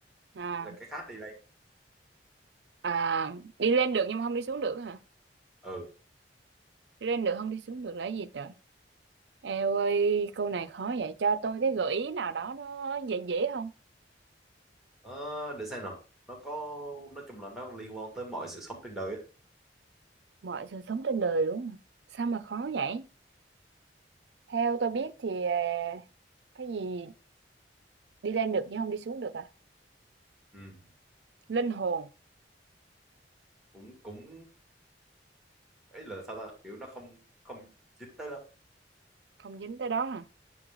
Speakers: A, on the right (about 65°); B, in the centre.
A: à,
B: Thế là cái khác đi lên
A: à đi lên được nhưng mà không đi xuống được hả
B: ừ
A: đi lên được không đi xuống được là cái gì trời Eo ơi, câu này khó vậy cho tôi cái gợi ý nào đó nó dễ dễ không?
B: Ờ, để xem nào nó có nói chung là nó liên quan tới mọi sự sống trên đời á
A: Mọi sự sống trên đời đúng không? Sao mà khó vậy? Theo tôi biết thì ờ, cái gì đi lên được nhưng không đi xuống được à?
B: ừ.
A: Linh hồn
B: cũng cũng ấy là sao ta kiểu nó không không dính tới lắm
A: không dính tới đó hả?